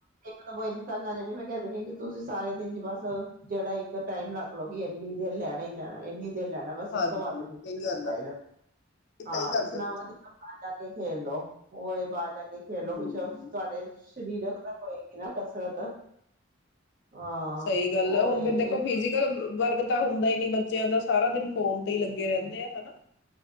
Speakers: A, on the right (about 45°); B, on the left (about 55°).
A: ਸਗੈ ਇੰਨੀ ਤੰਗ ਆ ਜਾਂਣੀ ਮੈਂ ਕਹਿ ਦਿੰਦੀ ਕਿ ਤੁਸੀਂ ਸਾਰੇ ਦਿਨ ਚ ਬਸ ਜਿਹੜਾ ਇੱਕ ਟਾਈਮ ਰੱਖਲਓ ਕਿ ਇੰਨੀ ਦੇਰ ਲੈਣਾ ਹੀ ਲੈਣਾ ਇੰਨੀ ਲੈਣਾ ਬਸ
B: ਹਾਂਜੀ
A: ਇਸ ਤੋਂ ਵੱਧ ਨੀ ਐ
B: ਸਹੀ ਗੱਲ
A: ਮੋਬਾਈਲ,
B: ਆ ਇਹ
A: ਹਾਂ
B: ਸਹੀ ਕਰਦੇ
A: ਇਸ ਨਾਲ
B: ਤੁਸੀਂ
A: ਵਧੀਆ ਬਾਹਰ ਜਾ ਕੇ ਖੇਲ ਲੋ, ਹੋਏ ਬਾਹਰ ਜਾ ਕੇ ਖੇਲੋ
B: ਹੂੰ
A: ਕੁਛ ਤੁਹਾਡੇ ਸਰੀਰਕ ਤਾਂ <unintelligible> ਕਸਰਤ ਹਾਂ
B: ਸਹੀ ਗੱਲ
A: ਉਹ
B: ਐ ਹੁਣ
A: ਇਹ
B: ਫੇਰ ਦੇਖੋ ਫਿਜੀਕਲ ਵਰਕ ਪੱਕਾ ਹੁੰਦਾ ਹੀ ਨੀ ਬੱਚਿਆਂ ਦਾ ਸਾਰਾ ਦਿਨ ਫੋਨ ਤੇ ਹੀ ਲੱਗੇ ਰਹਿੰਦੇ ਆ, ਹੈ ਨਾ।